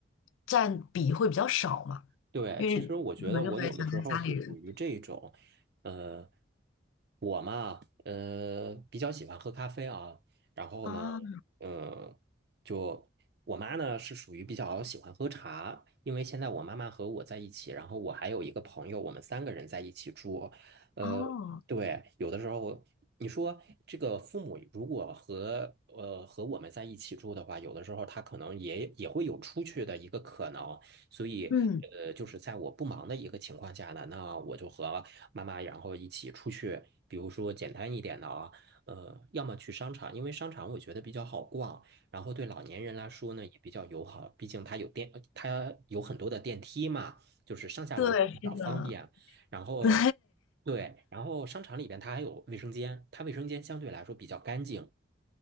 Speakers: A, on the left; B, on the right.
A: 占比会比较少嘛，
B: 对，
A: 因为可能就会想跟家里人
B: 其实我觉得我有的时候是属于这种，呃，我嘛，呃，比较喜欢喝咖啡啊，然后呢，
A: 啊，
B: 呃，就我妈呢是属于比较喜欢喝茶，因为现在我妈妈和我在一起，然后我还有一个朋友，我们三个人在一起住，呃，
A: 哦，
B: 对，有的时候你说这个父母如果和呃和我们在一起住的话，有的时候他可能也也会有出去的一个可能。所以，
A: 嗯，
B: 呃，就是在我不忙的一个情况下呢，那我就和妈妈然后一起出去，比如说简单一点的啊，呃，要么去商场，因为商场我觉得比较好逛，然后对老年人来说呢也比较友好，毕竟它有电，呃它有很多的电梯嘛，就是上下楼比较方便。
A: 对，是的，<laughs>
B: 然后，
A: 对，
B: 对，然后商场里边它还有卫生间，它卫生间相对来说比较干净。